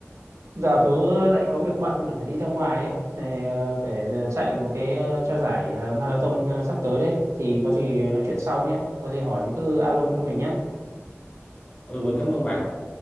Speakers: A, on the right (about 80°); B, on the left (about 25°).
A: giờ tớ lại có việc bận phải đi ra ngoài ấy để, để ờ, chạy một cái ờ, cho giải ờ, marathon ờ, sắp tới đấy thì có gì nói chuyện sau nhé có gì hỏi thì cứ alo cho mình nhé
B: ừ mình cảm ơn bạn